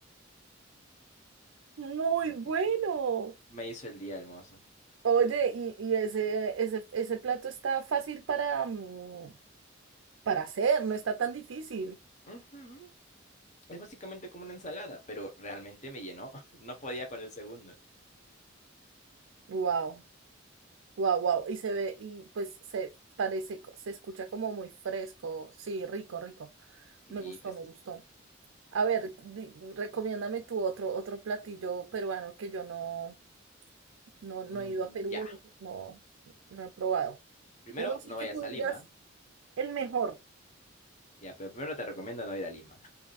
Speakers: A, on the right; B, on the left.
A: Muy
B: Me,
A: bueno.
B: me- me hizo el día el mozo.
A: Oye, y, y ese, ese, ese plato está fácil para, mm, para hacer, no está tan difícil.
B: "Ujú, Es básicamente como una ensalada, pero realmente me llenó. <laughs> No podía con el segundo.
A: Wow, wow, wow. Y se ve, y pues se parece, co- se escucha como muy fresco. Sí, rico, rico.
B: Sí,
A: Me gustó,
B: fresquito.
A: me gustó. A ver, di- recomiéndame tú otro, otro platillo peruano que yo no, no, no
B: Mm,
A: he ido a Perú,
B: ya.
A: no, no he probado.
B: Primero,
A: Uno sí
B: no
A: que
B: vayas
A: tú digas
B: a Lima.
A: el mejor.
B: Ya, pero primero te recomiendo no ir a Lima.